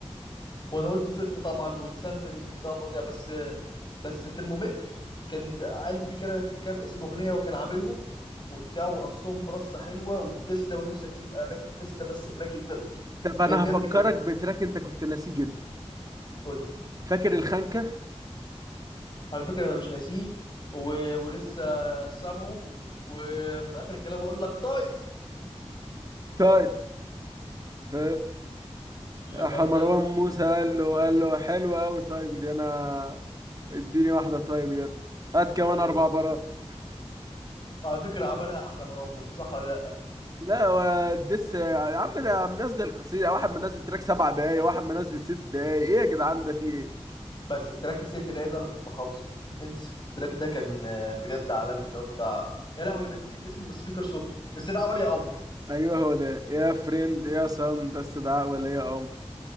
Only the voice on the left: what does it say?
وانا قلت ست طبعا والسامبلنج بتاعه فظيع بس بس ترمومتر كان ب- قال فيه كده كام اسم اغنيه وكان عاملهم وبتاع ورصهم برصه حلوه وبتسلا ونفسك تبقى راكب تسلا بس براكب غير
جاي
بجد
كلام
قول لي
على فكره انا مش ناسيه و... ولسه سامعه وفي اخر الكلام اقول لك طيب
لما
قال
تايم في
أيوة.
على فكرة عملها أحلى مروان موسى صح ولا لأ؟
بس التراك الست ده ده أنا كنت حافظه انسى التراك ده كان آه، بجد عالمي اللي هو بتاع يا لهوي أنا نسيت اسمه بس فاكر صورته استدعاء ولي أمر